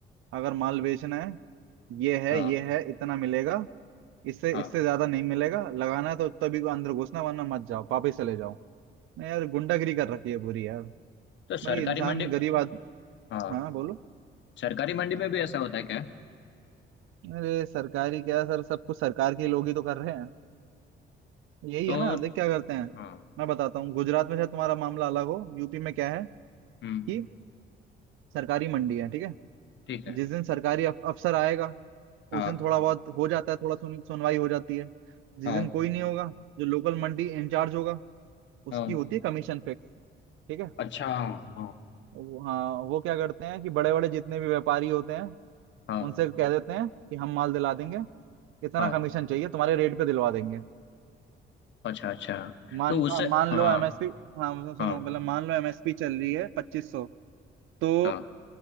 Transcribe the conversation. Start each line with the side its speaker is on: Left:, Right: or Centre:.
Right: अगर माल बेचना है ये है
Left: हाँ
Right: ये है इतना मिलेगा इससे
Left: हाँ
Right: इससे ज्यादा नहीं मिलेगा लगाना है तो तभी अंदर घुसना वरना मत जाओ वापस चले जाओ नहीं यार गुंडागिरी कर रखी है पूरी यार
Left: तो
Right: भाई
Left: सरकारी
Right: इंसान
Left: मंडी
Right: गरीब आदमी
Left: हाँ
Right: हाँ बोलो
Left: सरकारी मंडी में भी ऐसा होता है क्या
Right: अरे सरकारी क्या सर सब कुछ सरकार के लोग ही तो कर रहे हैं यही
Left: तो
Right: है ना देख क्या करते हैं
Left: हाँ
Right: मैं बताता हूँ गुजरात में शायद तुम्हारा मामला अलग हो यूपी में क्या है
Left: हम्म
Right: कि सरकारी मंडी है ठीक है
Left: ठीक है
Right: जिस दिन सरकारी अफ, अफसर आएगा
Left: हाँ
Right: उस दिन थोड़ा बहुत हो जाता है थोड़ा सुन, सुनवाई हो जाती है जिस
Left: हाँ
Right: दिन कोई नहीं होगा जो लोकल मंडी इंचार्ज होगा उसकी
Left: हाँ
Right: होती है कमीशन फिक्स ठीक है
Left: अच्छा हाँ
Right: वो, हाँ वो क्या करते हैं कि बड़े बड़े जितने भी व्यापारी होते हैं
Left: हाँ
Right: उनसे कह देते हैं कि हम माल दिला देंगे इतना
Left: हाँ
Right: कमीशन चाहिए तुम्हारे रेट पे दिलवा देंगे
Left: अच्छा अच्छा
Right: मान
Left: तो उससे
Right: मान
Left: हाँ
Right: लो एमएसपी हाँ सुनो
Left: हाँ
Right: पहले मान लो एमएसपी चल रही है पच्चीस सौ तो
Left: हाँ